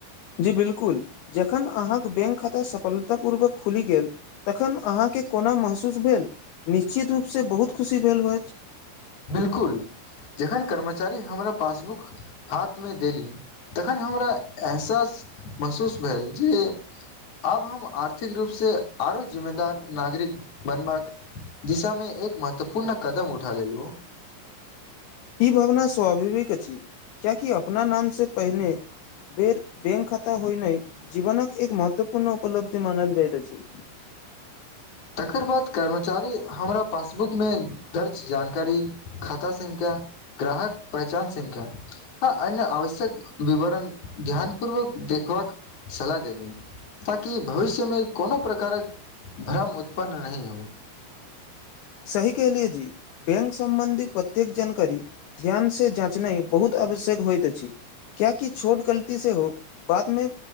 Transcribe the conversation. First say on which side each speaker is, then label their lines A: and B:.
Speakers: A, on the left; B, on the left.
A: जी बिल्कुल जखन अहाँक बैंक खाता सफलतापूर्वक खुलि गेल तखन अहाँ के कोनो महसूस भेल निश्चित रूपसँ बहुत खुशी भेल होयत
B: बिलकुल जखन कर्मचारी हमरा पासबुक हाथमे देलीन तखन हमरा एहसास महसूस भेल जे आब हम आर्थिक रूप से आरो जिम्मेदार नागरिक बनबाक दिशामे एक महत्वपूर्ण कदम उठालेलहु
A: ई भावना स्वाभाविक अछि कियाकि अपना नामसँ पहिने बेर बैंक खाता होनाइ जीवनक एक महत्वपूर्ण उपलब्धि मानल जाइत अछि
B: <inaudible> तकर बाद कर्मचारी हमरा पासबुकमे दर्ज जानकारी खाता संख्या ग्राहक पहचान संख्या हँ एहिमे आवश्यक विवरण ध्यानपूर्वक देखबाक सलाह देलनि ताकि भविष्यमे कोनो प्रकारक भ्रम उत पन्न नहि होइ
A: सही कहलियै जी बैंक संबंधी प्रत्येक जानकारी ध्यान से जाँचनाइ बहुत आब श्यक होइत अछि कियाकि छोट गलती से हो बादमे